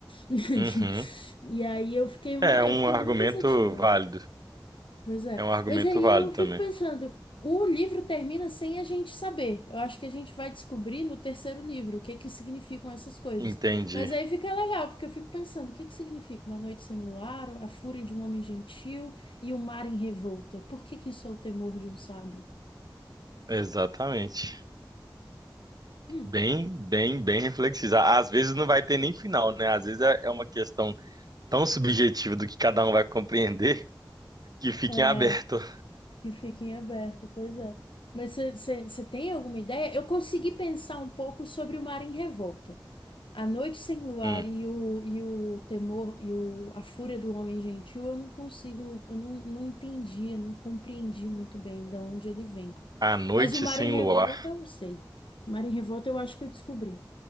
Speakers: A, on the left; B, on the right.
A: <laughs>
B: Uhum.
A: E aí eu fiquei muito,
B: É um
A: eu fiquei
B: argumento
A: muito pensativa.
B: válido.
A: Pois é.
B: É um argumento
A: Mas aí
B: válido
A: eu fico
B: também.
A: pensando, o livro termina sem a gente saber. Eu acho que a gente vai descobrir no terceiro livro o que que significam essas coisas.
B: Entendi.
A: Mas aí fica legal, porque eu fico pensando, o que que significa uma noite sem luar, a fúria de um homem gentil e o mar em revolta? Por que que isso é o temor de um sábio?
B: Exatamente.
A: Hum,
B: Bem, bem, bem reflexivo. Às vezes não vai ter nem final, né? Às vezes é é uma questão tão subjetiva do que cada um vai compreender que fica
A: é.
B: em aberto.
A: Que fique em aberto, pois é. Mas você tem alguma ideia? Eu consegui pensar um pouco sobre O Mar em Revolta. A Noite Sem Luar
B: Hum.
A: e o, e o Temor e o, a Fúria do Homem Gentil, eu não consigo, eu não, não entendi, eu não compreendi muito bem de onde ele vem.
B: A noite
A: Mas O Mar
B: sem
A: em Revolta
B: luar.
A: eu sei. O Mar em Revolta eu acho que eu descobri.